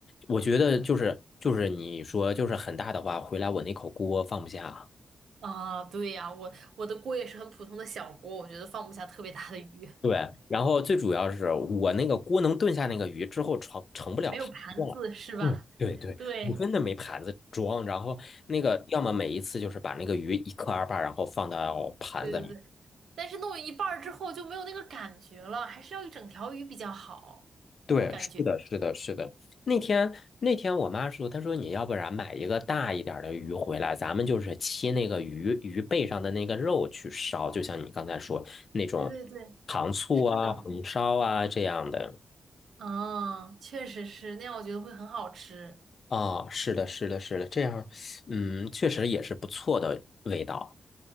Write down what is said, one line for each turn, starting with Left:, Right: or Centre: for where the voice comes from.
Left: 我觉得就是就是你说就是很大的话，回来我那口锅放不下。
Right: 啊。对呀，我我的锅也是很普通的小锅，我觉得放不下特别大的鱼。
Left: 对，然后最主要是我那个锅能炖下那个鱼之后盛盛不了盘子了。
Right: 没有盘子是吧？
Left: 对对对，
Right: 对，
Left: 我真的没盘子装。然后那个要么每一次就是把那个鱼一克二半，然后放到盘子里。
Right: 对对对，但是弄一半儿之后就没有那个感觉了，还是要一整条鱼比较好，
Left: 对，
Right: 感觉。
Left: 是的，是的，是的。那天那天我妈说，她说你要不然买一个大一点儿的鱼回来，咱们就是切那个鱼鱼背上的那个肉去烧，就像你刚才说那种
Right: 对对对，
Left: 糖醋啊、
Right: 是的。
Left: 红烧啊这样的。
Right: 嗯，确实是，那样我觉得会很好吃，
Left: 啊，是的，是的，是的，这样，嗯，确实也是不错的味道。